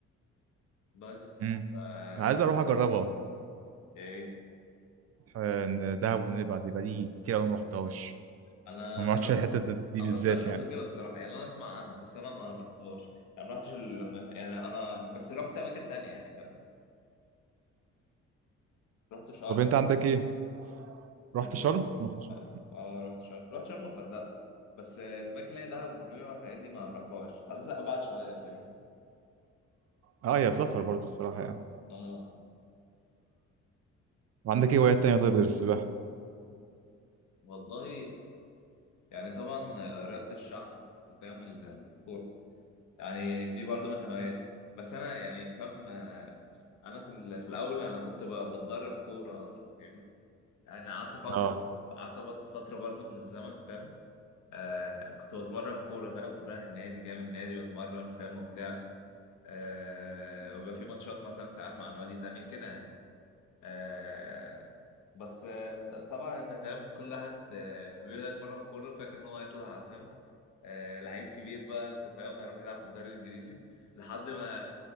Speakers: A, on the left; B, on the right.
A: بس
B: امم
A: آه
B: انا عايز اروح اجربها
A: ايه
B: آه، دهب ونبع دي بقالي كتير قوي ما رحتهاش
A: انا
B: ما
A: بصراحه
B: رحتش الحته
A: ما
B: دي
A: أنا
B: بالذات
A: ما رحتهاش قبل
B: يعني
A: كده بصراحه يعني انا اسمع عنها بس انا ما ما رحتهاش يعني ما رحتش ال... يعني انا بس رحت اماكن تانية يعني فاهم رحت شرم
B: طب انت عندك ايه رحت
A: عندي
B: شرم رحت شرم
A: اه رحت شرم رحت شرم والغردقه بس آه، الاماكن اللي هي دهب ونويبع والحاجات دي ما رحتهاش عايز ابعد شويه فاهمني
B: اه يا سفر برضو الصراحة يعني
A: اه
B: وعندك ايه هوايات تانية طيب غير السباحة
A: والله يعني طبعا رياضة الشعب فاهم ال- الكورة يعني دي برضو من هواياتي بس أنا يعني فاهم آه، أنا في ال- في الأول أنا كنت ب- بتدرب كورة أصلا فاهم يعني قعدت فترة
B: اه
A: قعدت بط- فترة برضو من الزمن فاهم آه كنت بتمرن كورة فاهم رايح النادي جاي من النادي بتمرن فاهم وبتاع آه وبيبقى في ماتشات مثلا ساعات مع نوادي تانية كده يعني. آه بس آه طبعا انت فاهم كل واحد آه بيبدأ يتمرن كورة فاكر ان هو هيطلع فاهم آه لعيب كبير بقى انت فاهم هيروح يلعب في الدوري الانجليزي لحد ما